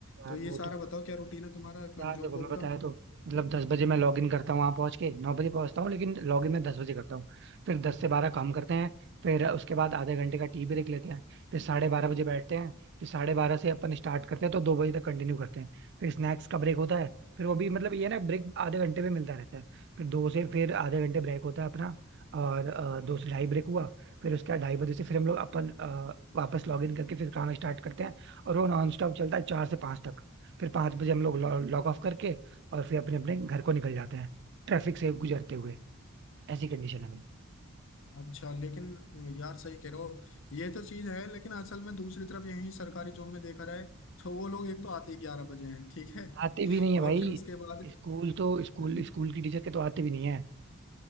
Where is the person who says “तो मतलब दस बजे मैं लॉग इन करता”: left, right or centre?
Right